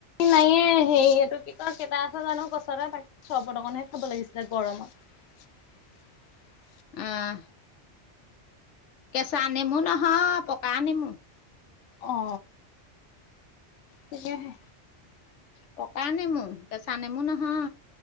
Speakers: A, on the left; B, on the left.
A: নাইয়ে, হেৰি এইটো কি কয় কেইটা আছে জানো গছতে চৰবত অকনহে খাব লাগিছিলে গৰমত। <inaudible>
B: আহ কেঁচা নেমু নহয়, পকা নেমু।
A: অ। তাকেহে।
B: পকা নেমু, কেঁচা নেমু নহয়।